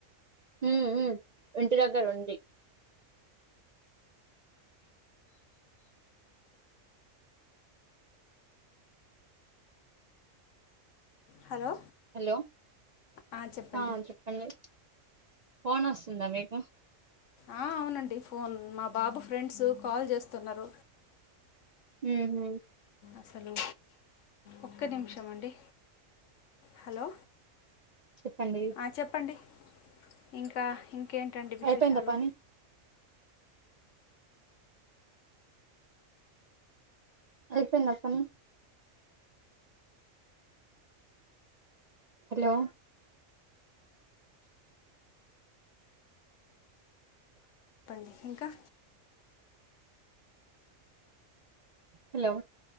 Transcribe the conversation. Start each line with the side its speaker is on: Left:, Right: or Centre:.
Right: హ్మ్ హ్మ్ ఇంటి దగ్గర ఉంది
Left: హలో
Right: హలో
Left: ఆ, చెప్పండి
Right: అ చెప్పండి ఫోన్ వస్తుందా మీకు
Left: అ అవునండి ఫోన్ మా బాబు ఫ్రెండ్స్ కాల్ చేస్తున్నరు
Right: ఉ హు
Left: అసలు ఒక్క నిమిషం అండి హలో
Right: చెప్పండి
Left: ఆ, చెప్పండి ఇంకా ఇంకేంటండి విశేషాలు
Right: అయిపోయిందా పని అయిపోయిందా పని హలో
Left: చెప్పండి ఇంకా
Right: హలో